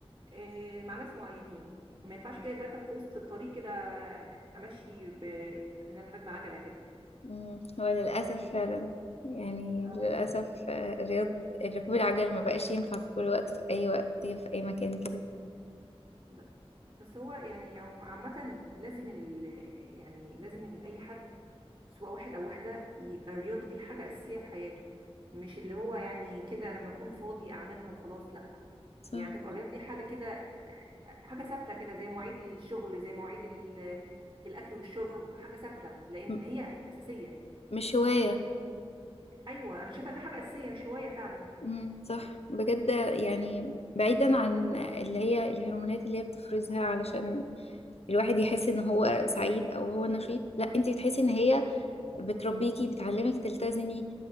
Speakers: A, on the right (about 35°); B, on the left (about 80°).
A: آه، مع ناس معينين ما ينفعش كده يتركب في وسط الطريق كده امشي ب... ان انا راكبه عجله كده
B: مم. هو للأسف
A: فاهمني؟
B: فعلا يعني
A: اه
B: للأسف آه، الرياض ركوب العجل ما بقاش ينفع في كل وقت في أي وقت في أي مكان كده
A: ب- بس هو يعني عم- عامه لازم ال... يعني لازم ال- اي حد سواء واحد او واحده يبقى الرياضه دي حاجه اساسيه في حياته مش اللي هو يعني كده لما اكون فاضي اعملها وخلاص لا
B: صح
A: يعني تبقى الرياضه دي حاجه كده حاجه ثابته كده زي مواعيد الشغل زي مواعيد ال... الاكل والشرب حاجه ثابته لان
B: م-
A: هي اساسيه
B: مش هواية
A: ايوه انا شايفه انها حاجه اساسيه مش هوايه فعلا
B: مم. صح بجد يعني بعيدا عن اللي هي الهرمونات اللي هي بتفرزها علشان الواحد يحس ان هو سعيد او هو نشيط لا انت بتحسي ان هي بتربيكي بتعلمك تلتزمي